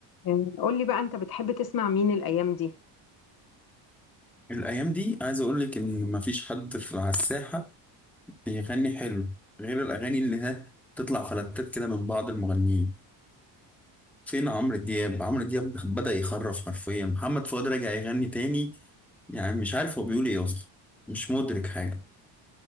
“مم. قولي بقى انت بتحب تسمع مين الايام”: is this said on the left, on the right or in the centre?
Left